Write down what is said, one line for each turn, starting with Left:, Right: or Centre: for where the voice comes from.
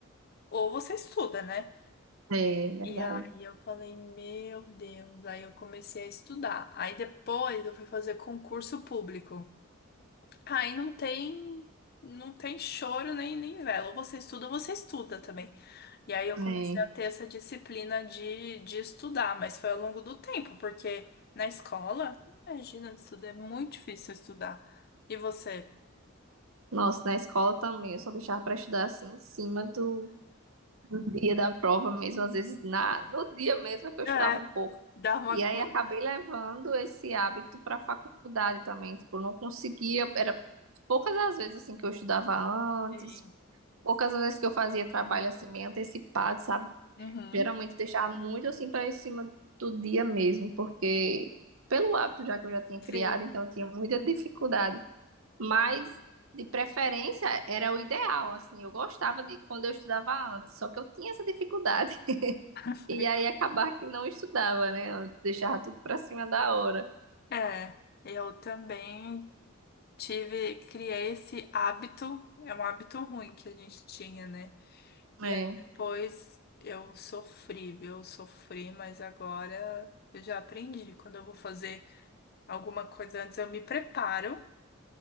Left: ou você estuda, né?
Right: É verdade.
Left: E aí eu falei, meu Deus. Aí eu comecei a estudar. Aí depois eu fui fazer concurso público. Aí não tem, não tem choro nem, nem vela. Ou você estuda, ou você estuda também. E aí eu
Right: É.
Left: comecei a ter essa disciplina de, de estudar, mas foi ao longo do tempo, porque na escola, imagina, estudar é muito difícil estudar. E você?
Right: Nossa, na escola também, eu só deixava para estudar assim em cima do, do dia da prova mesmo, às vezes na, no dia mesmo é que eu estudava
Left: É,
Right: um pouco.
Left: dá uma
Right: E
Left: coisa.
Right: aí acabei levando esse hábito para a faculdade também, tipo, não conseguia, era poucas as vezes assim que eu estudava antes,
Left: Sim.
Right: poucas as vezes que eu fazia trabalho assim meio antecipado, sabe?
Left: Uhum,
Right: Geralmente deixava muito assim para em cima do dia mesmo, porque pelo hábito já que eu já tinha criado,
Left: sim.
Right: então eu tinha muita dificuldade mas, de preferência, era o ideal, assim. Eu gostava de quando eu estudava antes, só que eu tinha essa dificuldade. <laughs>
Left: <laughs>
Right: E aí acabar que não estudava, né? Eu deixava tudo pra cima da hora.
Left: É, eu também tive, criei esse hábito, é um hábito ruim que a gente tinha, né?
Right: É,
Left: E aí depois eu sofri, viu? Eu sofri, mas agora eu já aprendi. Quando eu vou fazer alguma coisa antes, eu me preparo